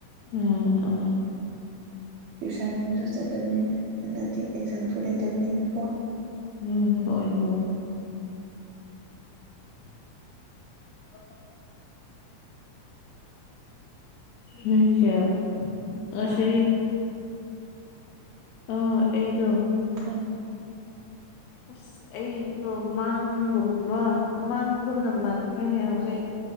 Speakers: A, on the left; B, on the right.
A: ꯑꯣ ꯑꯣ
B: ꯇ꯭ꯨꯏꯁꯟꯒꯨꯝꯕꯁꯨ ꯆꯠꯇꯕꯅꯤꯅ ꯍꯟꯗꯛꯇꯤ ꯑꯦꯛꯖꯥꯝ ꯂꯩꯇꯕꯅꯤꯅꯀꯣ
A: ꯎꯝ ꯍꯣꯏ ꯍꯣꯏ <inaudible> ꯅꯣꯏ ꯆꯦ ꯉꯁꯤ
B: ꯑꯥ
A: ꯑꯥ ꯑꯩꯗꯣ
B: ꯎꯝ
A: ꯑꯁ ꯑꯩꯗꯣ ꯃꯥꯡꯒꯨꯝꯕ ꯃꯥꯡꯒꯨꯝꯅ ꯃꯥꯟꯈ꯭ꯔꯦꯅꯦ ꯍꯧꯖꯤꯛ